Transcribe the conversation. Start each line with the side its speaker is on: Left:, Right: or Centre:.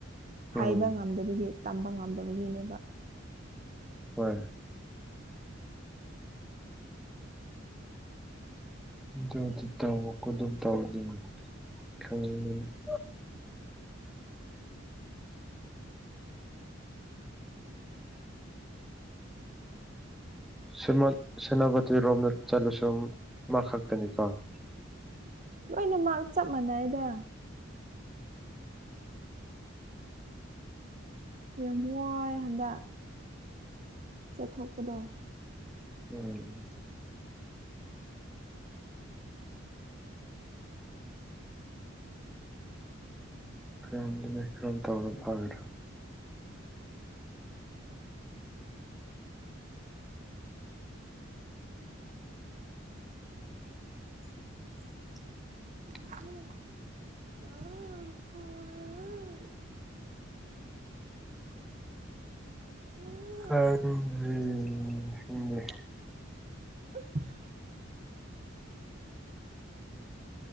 Centre: ꯎꯝ
Right: ꯍꯥꯏꯕ ꯉꯝ ꯎꯝꯗꯕꯒꯤ ꯇꯝꯕ ꯉꯝꯗꯕꯒꯤꯅꯦꯕ
Centre: ꯍꯣꯏ ꯗꯨꯗꯤ ꯇꯧꯕ ꯀꯨꯗꯤꯡ <unintelligible> ꯥꯁꯤꯃꯟ ꯁꯦꯅꯥꯕꯇꯤ ꯔꯣꯝꯗ ꯆꯠꯂꯁꯨ ꯃꯥ ꯈꯛꯇꯅꯤ <unintelligible>
Right: ꯂꯣꯏꯅꯃꯛ ꯆꯞ ꯃꯥꯟꯅꯩꯌꯦꯗ ꯌꯝꯋꯥꯏ ꯍꯟꯗꯛ ꯆꯠꯊꯣꯛꯄꯗꯣ
Centre: ꯎꯝ <unintelligible> <inaudible>
Right: <unintelligible> <inaudible>
Centre: ꯀꯅꯤꯡꯗ꯭ꯔꯤ <unintelligible>
Right: <inaudible>